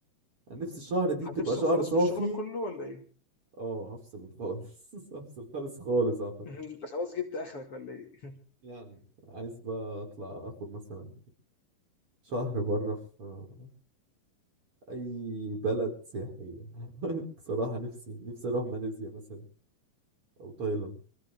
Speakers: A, on the right; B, on the left.
A: انا نفسي الشهر دي
B: هتفصل
A: تبقى شهر
B: خالص
A: صافي
B: من الشغل كله ولا ايه؟
A: اه هفصل خالص <laughs> هفصل خالص خالص اعتقد
B: <laughs> انت خلاص جبت اخرك ولا ايه؟
A: يعني عايز بقى اطلع اخد مثلا شهر بره في اي بلد سياحية <laughs> بصراحة نفسي نفسي اروح ماليزيا مثلا او تايلاند